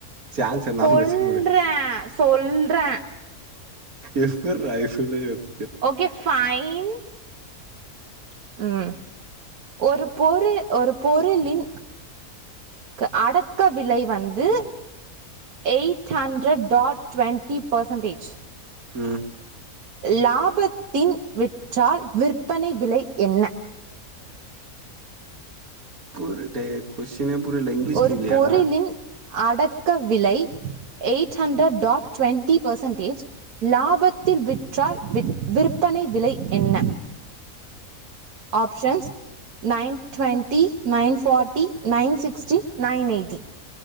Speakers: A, on the right (about 70°); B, on the right (about 85°).
A: சான்ஸ் ச நாபகோ
B: சொல்றேன்
A: வச்சுக்க முடியாது
B: சொல்றேன்
A: எஃப்ர்ரா எ சூலயோஸ்
B: ஓ கே ஃபைன்
A: த
B: ம் ஒரு பொரு ஒரு பொருளின் க அடக்க விலை வந்து eight hundred dot twenty percentage
A: ம்
B: லாபத்தின் விற்றால் விற்பனை விலை என்ன
A: ஆ <inaudible> புர் டே கொஸினே புரில இங்கிலிஷ்
B: ஒரு
A: ல இல்லயாடா
B: பொருளின் அடக்க விலை eight hundred dot twenty percentage லாபத்தில் விற்றால் விற் விற்பனை விலை என்ன options nine twenty nine forty nine sixty nine eighty